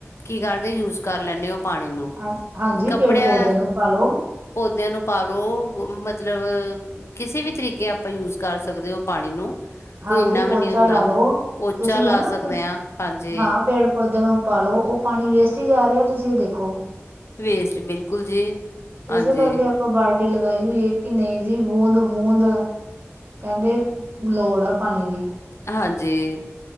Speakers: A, on the left; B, on the right.
A: ਕੀ ਕਰਦੇ ਆ ਯੂਜ ਕਰ ਲੈਂਦੇ ਉਹ ਪਾਣੀ ਨੂੰ '
B: ਹਾਂ
A: <inaudible>
B: ਹਾਂਜੀ
A: ' ਕੱਪੜਿਆਂ
B: ਪੇੜ ਪੌਦਿਆਂ ਨੂੰ ਪਾਲੋ
A: ਪੌਦਿਆਂ ਨੂੰ ਪਾਲੋ ਮਤਲਬ ਕਿਸੇ ਵੀ ਤਰੀਕੇ ਆਪਾਂ ਯੂਜ ਕਰ ਸਕਦੇ ਉਹ ਪਾਣੀ ਨੂੰ ' <inaudible> '
B: ਹਾਂਜੀ
A: ਕੋਈ ਇਨਾ ਵੀ
B: ਪੋਚਾ
A: ਨੀ ਹੁੰਦਾ
B: ਲਾ ਲਓ
A: ਪੋਚਾ
B: ਤੁਸੀਂ
A: ਲਾ
B: ਹਨਾ
A: ਸਕਦੇ
B: ਕੁਛ
A: ਆਂ, ਹਾਂਜੀ।
B: ਹਾਂ ਪੇੜ ਪੌਦੇਿਆਂ ਨੂੰ ਪਾਲੋ, ਉਹ ਪਾਣੀ ਵੇਸਟ ਹੀ ਜਾ ਰਿਹਾ ਤੁਸੀਂ ਇਹ ਦੇਖੋ।
A: ਵੇਸਟ, ਬਿਲਕੁਲ ਜੀ। ਹਾਂਜੀ
B: ਇਸੇ ਕਰਕੇ ਆਪਾਂ ਬਾਲਟੀ ਲਗਾਈ ਹੋਈ ਹੈ ਕਿ ਨਹੀਂ ਜੀ ਬੂੰਦ-ਬੂੰਦ ' <inaudible> ' ਕਹਿੰਦੇ ਲੋੜ ਆ ਪਾਣੀ ਦੀ।
A: ਹਾਂਜੀ